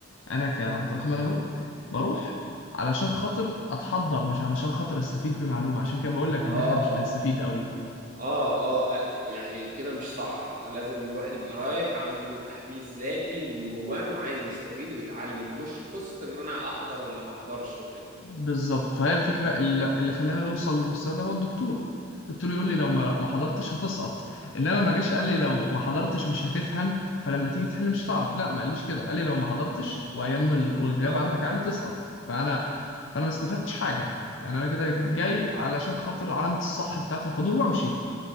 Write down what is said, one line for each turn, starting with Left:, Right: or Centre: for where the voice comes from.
Left: انا كعبد الرحمن اهو بروح علشان خاطر اتحضر مش علشان خاطر استفيد بمعلومه عشان كده بقول لك
Right: اه
Left: ان احنا مش بنستفيد قوي
Right: اه اه آه، يعني كده مش صح اه لازم الواحد يبقى رايح عنده تحفيز ذاتي من جواه انه عايز يستفيد ويتعلم مش قصة ان انا احضر ولا ما احضرش وكده
Left: بالظبط فهي الفكره اللي اللي خلاني اوصل للمستوى ده هو الدكتور الدكتور يقول لي لو ما ما حضرتش هتسقط انما ما جاش قال لي لو ما حضرتش مش هتفهم فلما تيجي تحل مش هتعرف لا ما قاليش كده قال لي لو ما حضرتش وايام ال- والغياب
Right: اه
Left: عندك عالي تسقط فانا فانا ما استفدتش حاجه يعني انا كده جاي علشان خاطر علامه الصح بتاعه الحضور وامشي